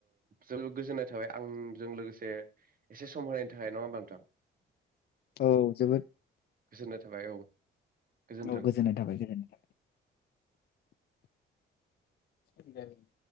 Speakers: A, on the right (about 45°); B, on the left (about 55°).
A: जोबो गोजोननाय थाबाय आंजों लोगोसे एसे सम होनायनि थाखाय नङा होमबा नोंथां।
B: औ जोबोद
A: गोजोननाय थाबाय औ गोजोन्थों
B: औ गोजोननाय थाबाय गोजोननाय थाबाय। <unintelligible>